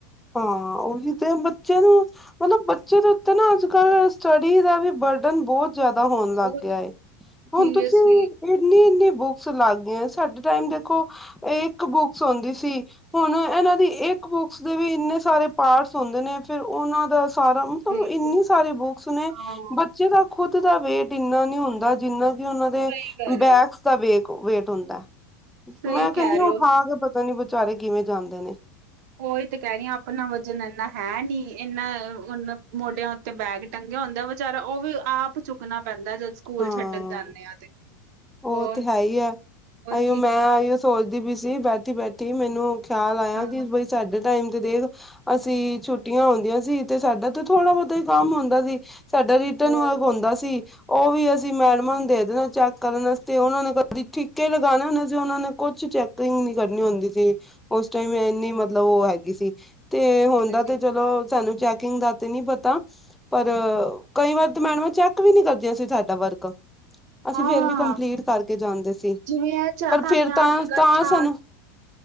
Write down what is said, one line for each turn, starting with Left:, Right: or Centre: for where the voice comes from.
Centre: ਹਾਂ ਉਹੀ ਤੇ, ਬੱਚਿਆਂ ਨੂੰ ਮਤਲਬ ਬੱਚੇ ਦੇ ਉੱਤੇ ਨਾ ਅੱਜ-ਕੱਲ ਸਟੱਡੀ ਦਾ ਵੀ ਬਰਡਨ ਬਹੁਤ ਜਿਆਦਾ ਹੋਣ ਲੱਗ
Right: ਉਹ
Centre: ਗਿਆ ਏ, ਹੁਣ
Right: ਸੀਰੀਅਸਲੀ
Centre: ਤੁਸੀ ਇੰਨੀ-ਇੰਨੀ ਬੁੱਕਸ ਲੱਗ ਗਈਆਂ, ਸਾਡੇ ਟਾਈਮ ਦੇਖੋ ਇੱਕ ਬੁੱਕਸ ਹੋਂਦੀ ਸੀ, ਹੁਣ ਇਹਨਾਂ ਦੀ ਇੱਕ ਬੁੱਕਸ ਦੇ ਵੀ ਇੰਨੇ ਸਾਰੇ ਪਾਰਟਸ ਹੁੰਦੇ ਨੇ, ਫਿਰ ਉਹਨਾਂ ਦਾ ਸਾਰਾ ਮਤਲਬ
Right: ਬਿਲਕੁਲ
Centre: ਇੰਨੀ ਸਾਰੇ ਬੁੱਕਸ ਨੇ,
Right: ਹਾਂ,
Centre: ਬੱਚੇ ਦਾ ਖੁਦ ਦਾ ਵੇਟ ਇੰਨਾ ਨੀ ਹੁੰਦਾ। ਜਿੰਨਾ ਕਿ ਉਹਨਾ ਦੇ
Right: ਸਹੀ ਕਹਿ ਰਹੇ
Centre: ਬੈਕਸ
Right: ਹੋ,
Centre: ਦਾ ਵੇਕ, ਵੇਟ ਹੁੰਦਾ।
Right: ਸਹੀ
Centre: ਮੈਂ ਕਹਿੰਨੀ
Right: ਕਹਿ
Centre: ਆ,
Right: ਰਹੇ
Centre: ਉਠਾ
Right: ਹੋ।
Centre: ਕੇ ਪਤਾ ਨੀ ਵਿਚਾਰੇ ਕਿਵੇਂ ਜਾਂਦੇ ਨੇ।
Right: ਉਹੀ ਤੇ ਕਹਿ ਰਹੀ ਆਂ, ਆਪਣਾ ਵਜ਼ਨ ਇੰਨਾ ਹੈ ਨੀ, ਇਹਨਾਂ ਉਹਨਾਂ ਮੋਢਿਆਂ ਤੇ ਬੈਗ ਟੰਗਿਆ ਹੁੰਦਾ, ਵਿਚਾਰਾ ਉਹ ਵੀ ਆਪ ਚੁੱਕਣਾ ਪੈਂਦਾ ਜਦ ਸਕੂਲ
Centre: ਹਾਂ,
Right: ਛੱਡਣ ਜਾਂਦੇ ਆ ਤੇ
Centre: ਉਹ
Right: ਹੋਰ
Centre: ਤੇ ਹੈਹੀ ਐ,
Right: ਹੋਰ
Centre: ਅਈਓ
Right: ਕੀ
Centre: ਮੈਂ ਅਈ ਸੋਚਦੀ ਪਈ ਸੀ ਬੈਠੀ-ਬੈਠੀ, ਮੈਨੂੰ ਖਿਆਲ ਆਇਆ
Right: ਹਾਂ
Centre: ਕਿ ਬਈ ਸਾਡੇ ਟਾਈਮ ਤੇ ਦੇਖ ਅਸੀਂ ਛੁੱਟੀਆਂ ਹੋਂਦੀਆਂ ਸੀ, ਤੇ ਸਾਡਾ ਤਾਂ ਥੋੜਾ-ਬਹੁਤਾ ਈ ਕੰਮ ਹੁੰਦਾ ਸੀ। ਸਾਡਾ ਰਿਟਰਨ
Right: ਹੋਰ
Centre: ਵਰਕ ਹੋਂਦਾ ਸੀ ਉਹ ਵੀ ਅਸੀਂ ਮੈਡਮਾਂ ਨੂੰ ਦੇ ਦੇਣਾ ਚੈੱਕ ਕਰਨ ਵਾਸਤੇ, ਉਹਨਾਂ ਨੇ ਕ ਠੀਕੇ ਲਗਾਣੇ, ਅਸੀਂ ਉਹਨਾਂ ਨੇ ਕੁਛ ਚੈੱਕ ਟ੍ਰਿੰਮ ਨੀ ਕੱਰਣੀ ਹੋਂਦੀ ਸੀ, ਉਸ ਟਾਈਮ ਇੰਨੀ ਮਤਲਬ ਉਹ ਹੈਗੀ ਸੀ। ਤੇ ਹੁੰਦਾ
Right: ਕਹਿੰਦੇ ਸੀ।
Centre: ਤੇ ਚਲੋ, ਸਾਨੂੰ ਚੈਕਿੰਗ ਦਾ ਤੇ ਨੀ ਪਤਾ ਪਰ, ਕਈ ਵਾਰ ਤਾਂ ਮੈਡਮਾਂ ਚੈੱਕ ਵੀ ਨੀ ਕਰਦੀਆਂ ਸੀ, ਸਾਡਾ ਵਰਕ। ਅਸੀਂ
Right: ਹਾਂ,
Centre: ਫੇਰ ਵੀ ਕੰਪਲੀਟ ਕਰਕੇ ਜਾਂਦੇ ਸੀ,
Right: ਜਿਵੇਂ ਇਹ ਚ
Centre: ਪਰ
Right: ਤੁਹਾਨੂੰ
Centre: ਫਿਰ
Right: ਯਾਦ
Centre: ਤਾਂ,
Right: ਹੋਏਗਾ
Centre: ਤਾਂ
Right: ਚਾਟ
Centre: ਸਾਨੂੰ